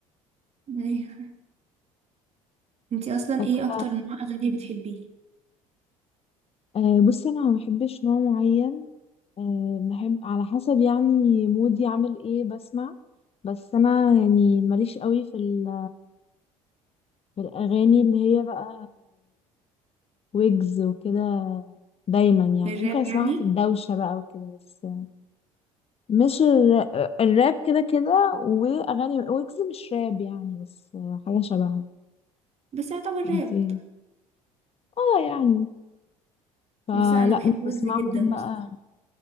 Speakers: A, on the right (about 35°); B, on the left (about 35°).
A: <laughs> ايوه انتي اصلا
B: فاكرة
A: ايه اكتر نوع اغاني بتحبيه
B: آه بصي انا ما بحبش نوع معين آه بحب على حسب يعني مودي عامل ايه بسمع بس انا يعني ماليش قوي في, ال- في الاغاني اللي هي بقى ويجز وكده دايما يعني
A: الراب
B: ممكن اسمعها
A: يعني
B: في الدوشة بقى وكده بس مش الر... الراب كده كده واغاني ويجز مش راب يعني بس حاجة شبهها
A: بس يعتبر
B: انتي
A: راب
B: اه يعني فلا
A: بس انا بحب
B: مش
A: ويجز
B: بسمعهم
A: جدا
B: بقى
A: بصراحه